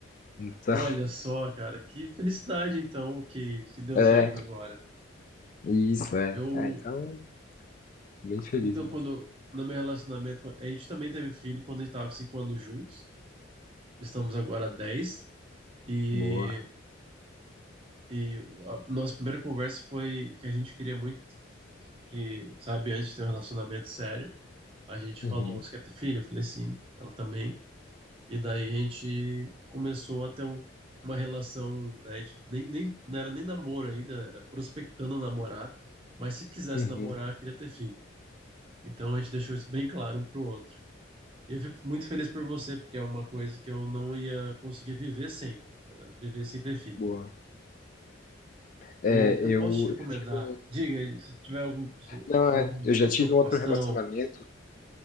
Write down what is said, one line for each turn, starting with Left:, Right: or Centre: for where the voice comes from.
Left: Então,
Right: Olha só, cara, que felicidade então que, que deu
Left: <laughs>
Right: certo
Left: é,
Right: agora.
Left: isso, é.
Right: Eu,
Left: Ah, então Bem feliz
Right: então,
Left: mesmo.
Right: quando, no meu relacionamento, a gente também teve filho quando a gente estava com 5 anos juntos, estamos agora há 10, e,
Left: Boa.
Right: e a nossa primeira conversa foi que a gente queria muito que, sabe, antes de ter um relacionamento sério, a gente
Left: Uhum.
Right: falou, você quer ter filho? Eu falei sim, ela também. E daí a gente começou a ter um- uma relação, né? A gente nem, nem, não era nem namoro ainda, era prospectando namorar, mas se quisesse
Left: Uhum.
Right: namorar, queria ter filho. Então a gente deixou isso bem claro um pro outro. E eu fico muito feliz por você, porque é uma coisa que eu não ia conseguir viver sem, eh, viver sem ter filho.
Left: Boa. É,
Right: O que eu
Left: eu,
Right: posso te
Left: eu
Right: recomendar,
Left: já tive um.
Right: diga aí, se tiver algum, se
Left: Não,
Right: tiver
Left: é.
Right: alguma
Left: Eu já tive
Right: preocupação,
Left: um outro relacionamento